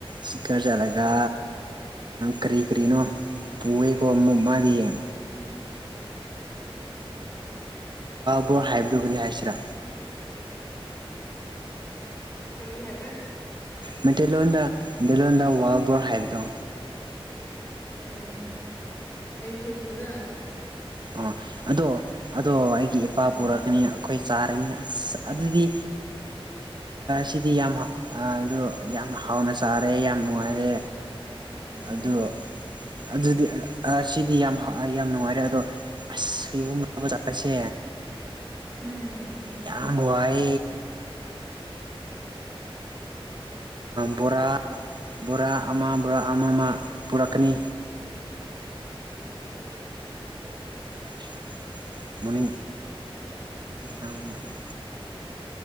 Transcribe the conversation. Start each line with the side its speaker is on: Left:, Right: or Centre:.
Right: ꯁꯤꯀꯔ ꯆꯠꯂꯒ ꯀꯔꯤ ꯀꯔꯤꯅꯣ ꯄꯨꯋ ꯀꯃꯨꯝ ꯃꯗꯤꯌꯦꯦ ꯐꯕꯣꯔ ꯍꯥꯏꯕꯗꯨꯣ ꯀꯔꯤ ꯍꯥꯏꯁꯤꯔꯥ
Left: ꯑꯣꯏ ꯍꯥꯏ
Right: ꯃꯩꯇꯩꯂꯣꯟꯗ ꯃꯩꯇꯩꯂꯣꯟꯗ ꯋꯥꯜꯕꯣꯔ ꯍꯥꯏꯕꯗꯣ
Left: ꯎꯝ ꯑꯩꯁꯨ ꯐꯖ
Right: ꯑ ꯑꯗꯣ ꯑꯗꯣ ꯑꯩꯒꯤ ꯏꯄꯥ
Left: ꯎꯝ
Right: ꯄꯨꯔꯛꯀꯅꯤ ꯑꯩꯈꯣꯏ ꯆꯥꯔꯅꯤ ꯑꯁ ꯑꯗꯨꯗꯤ ꯁꯤꯗꯤ ꯌꯥꯝ ꯑ ꯌꯥꯝ ꯍꯥꯎꯅ ꯆꯥꯔꯦ ꯌꯥꯝ ꯅꯨꯡꯉꯥꯏꯔꯦ
Left: ꯎꯝ
Right: ꯑꯗꯨ ꯑꯗꯨꯗꯤ ꯁꯤꯗꯤ ꯌꯥꯝ ꯌꯥꯝ ꯅꯨꯡꯉꯥꯏꯔꯦ ꯑꯗꯣ ꯑꯁ ꯌꯕꯨꯡꯒ ꯆꯠꯄꯁꯦ
Left: ꯎꯝ
Right: ꯌꯥꯝ ꯋꯥꯏ ꯕꯣꯔꯥ ꯕꯣꯔꯥ ꯑꯃ ꯕꯣꯔꯥ ꯑꯃ ꯑꯃ ꯄꯨꯔꯛꯀꯅꯤ ꯑꯁ ꯃꯅꯤ ꯇ ꯑꯃ